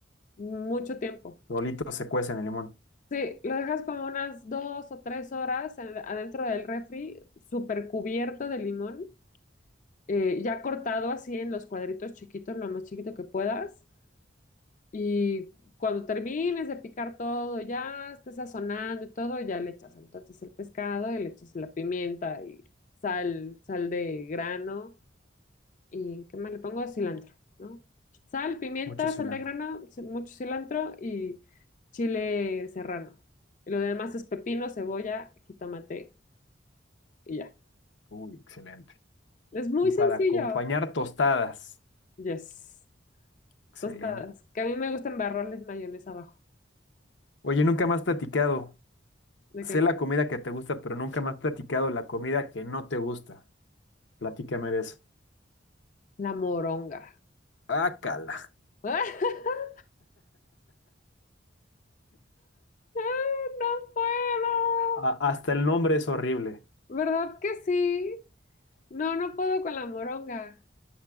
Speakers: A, on the left (about 45°); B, on the left (about 75°).
A: mucho tiempo.
B: Solito se cuecen en el limón,
A: Sí, lo dejas como unas dos o tres horas en- adentro del refri, súper cubierto de limón. eh, ya cortado así en los cuadritos chiquitos, lo más chiquito que puedas. Y cuando termines de picar todo, ya estés sazonando y todo, ya le echas entonces el pescado y le echas la pimienta y sal, sal de grano. ¿Y qué más le pongo? Cilantro, ¿no? Sal, pimienta,
B: mucho cilantro.
A: sal de grano, ci- mucho cilantro y chile serrano. Y lo demás es pepino, cebolla, jitomate y ya.
B: Uy, excelente.
A: Es muy
B: Y
A: sencillo.
B: para acompañar tostadas.
A: Yes.
B: Excelente.
A: Tostadas. Que a mí me gusta embarrarles mayonesa abajo.
B: Oye, nunca más platicado.
A: ¿De
B: Sé
A: qué?
B: la comida que te gusta, pero nunca más platicado la comida que no te gusta. Platícame de eso.
A: La moronga.
B: Ah, cala.
A: <laughs> ¡Ah! ¡No puedo!
B: A- hasta el nombre es horrible.
A: ¿Verdad que sí? No, no puedo con la moronga.